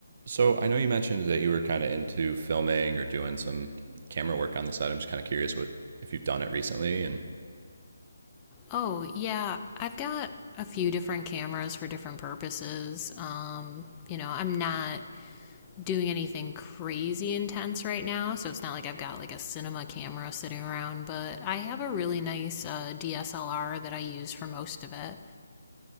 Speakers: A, on the right; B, on the left.
A: So I know you mentioned that you were kind of into filming or doing some camera work on the side. I'm just kind of curious what if you've done it recently and
B: Oh, yeah. I've got a few different cameras for different purposes. Um, you know, I'm not doing anything crazy intense right now, so it's not like I've got like a cinema camera sitting around, but I have a really nice uh, DSLR that I use for most of it.